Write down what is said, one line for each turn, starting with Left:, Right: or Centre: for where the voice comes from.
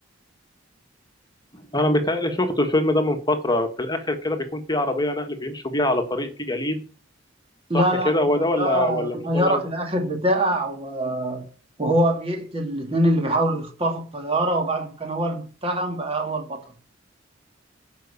Left: انا بيتهيألي شفت الفيلم ده من فترة في الاخر كده بيكون في عربية نقل بيمشوا بيها على طريق فيه جليد
Right: لا
Left: صح
Right: لا
Left: كده هو
Right: ده
Left: ده ولا
Right: ده
Left: ولا مش
Right: طيارة
Left: ده اللي
Right: في
Left: أنا-
Right: الآخر بتقع و- وهو بيقتل الاتنين اللي بيحاولوا يخطفوا الطيارة وبعد ما كان هو المتهم بقى هو البطل